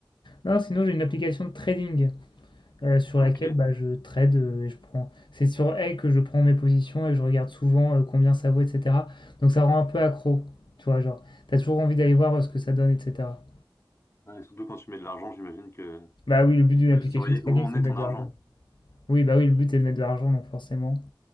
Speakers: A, on the left (about 70°); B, on the left (about 30°).
A: Non, sinon, j'ai une application de trading, heu, sur laquelle,
B: OK.
A: bah, je trade, heu, et je prends c'est sur elle que je prends mes positions et que je regarde souvent, heu, combien ça vaut et cetera. Donc ça rend un peu accro, tu vois? Genre, t'as toujours envie d'aller voir, heu, ce que ça donne et cetera.
B: Ouais, surtout quand tu mets de l'argent, j'imagine que
A: Bah oui, le but
B: tu
A: d'une
B: veux
A: application
B: surveiller
A: de trading,
B: où en
A: c'est
B: est
A: de mettre
B: ton argent.
A: de l'argent. Oui, bah oui, le but c'est de mettre de l'argent, donc forcément.